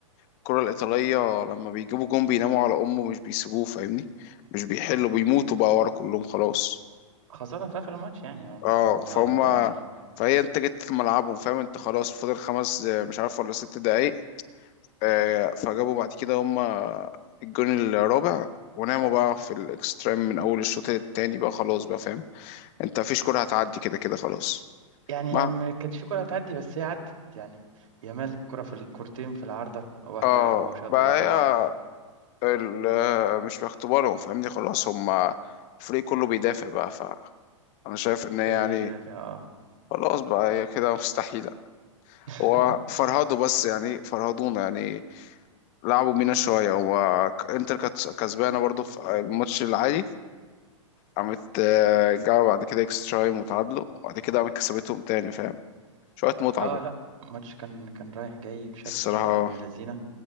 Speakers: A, on the left (about 40°); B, on the right (about 80°).
A: الكرة الإيطالية لما بيجيبوا جون بيناموا على أمه مش بيسيبوه فاهمني مش بيحلوا بيموتوا بقى ورا كلهم خلاص
B: خاصة في آخر الماتش يعني ما
A: اه
B: ما
A: فهم
B: أنت
A: فهي انت جيت في ملعبهم فاهم انت خلاص فاضل خمس آه، مش عارف ولا ست دقايق آه، فجابوا بعد كده هما الجون الرابع وناموا بقى في الاكستريم من اول الشوط التاني بقى خلاص بقى فاهم انت مفيش كرة هتعدي كده كده خلاص
B: يعني
A: ما
B: هي ما كانش في كرة هتعدي بس هي عدت يعني يامال كرة في الكورتين في العارضة واحدة
A: اه
B: هو شاطها
A: بقى
B: جت في
A: هي
B: العارض
A: ال- آه، مش في اختبارهم فاهمني خلاص هما الفريق كله بيدافع بقى ف انا شايف ان
B: الفريق
A: هي يعني
B: بيدافع اه
A: خلاص بقى هي كده مستحيلة
B: <laughs>
A: هو فرهدوا بس يعني فرهدونا يعني لعبوا بينا شوية هو ك- انتر كانت كسبانة برضو في الماتش العادي قامت آه، جابوا بعد كده اكسترا تايم وتعادلوا وبعد كده قامت كسبتهم تاني فاهم شوية متعة
B: اه
A: بقى
B: لا الماتش كان كان رايح جاي بشكل
A: الصراحة
B: ابن لذينه